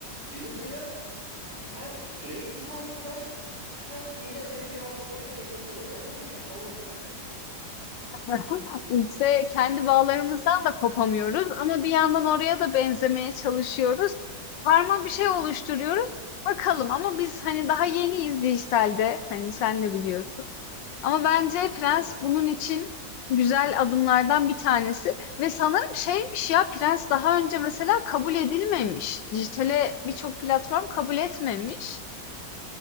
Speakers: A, on the right; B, on the left.
A: Bizimkiler hem süreyi kısalttılar hem yine seni bir hafta boyunca bekletiyorlar. Bence bu çakallık yani.
B: <laughs> İşte kendi bağlarımızdan da kopamıyoruz ama bir yandan oraya da benzemeye çalışıyoruz. Karma bir şey oluşturuyoruz. Bakalım ama biz hani daha yeniyiz dijitalde. Hani sen de biliyorsun. Ama bence
A: Hı
B: Prens
A: hı.
B: bunun için güzel adımlardan bir tanesi. Ve sanırım şeymiş ya Prens daha önce mesela kabul edilmemiş. Dijitale birçok platform kabul etmemiş.